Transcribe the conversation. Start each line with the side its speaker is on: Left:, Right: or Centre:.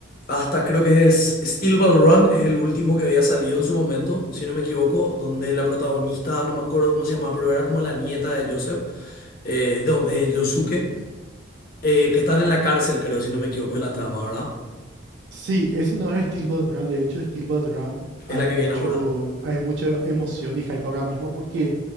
Left: hasta creo que es Steel Ball Run, es el último que había salido en su momento, si no me equivoco, donde la protagonista, no me acuerdo cómo se llama, pero era como la nieta de Joseph, eh, no, de Yosuke, eh, que están en la cárcel, creo, si no me equivoco, es la trama, ¿verdad?
Right: Sí, ese no es Steel Ball Run. De hecho, Steel Ball Run hay
Left: Es la
Right: mucho,
Left: que viene ahora.
Right: hay mucha emoción y hype ahora mismo porque